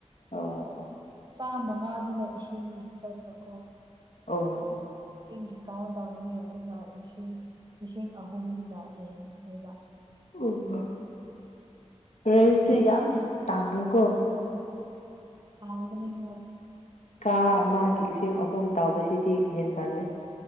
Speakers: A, on the left (about 80°); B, on the right (about 35°).
A: ꯑꯣ ꯑꯣ
B: ꯆꯥꯝꯃꯉꯥꯗꯨꯅ ꯏꯁꯤꯡ ꯆꯠꯄ ꯀꯣ
A: ꯑꯣ
B: ꯂꯤꯁꯤꯡꯒꯤ ꯀꯥꯎꯟꯗꯥꯎꯅꯤ ꯑꯗꯨꯒ ꯂꯤꯁꯤꯡ ꯏꯁꯤꯡ ꯑꯍꯨꯝꯗꯨꯗ ꯔꯦꯟ ꯐꯣꯏꯕ
A: ꯑꯣ
B: ꯑꯗꯨꯒ
A: ꯔꯦꯟꯁꯤ ꯌꯥꯝ ꯇꯥꯥꯟꯅꯤꯀꯣ
B: ꯑꯍꯥꯡꯕꯅꯦ ꯍꯣꯏ
A: ꯀꯥ ꯑꯃꯒꯤ ꯂꯤꯁꯤꯡ ꯑꯍꯨꯝ ꯇꯥꯎꯕꯁꯤꯗꯤ ꯍꯦꯟ ꯃꯥꯜꯂꯤ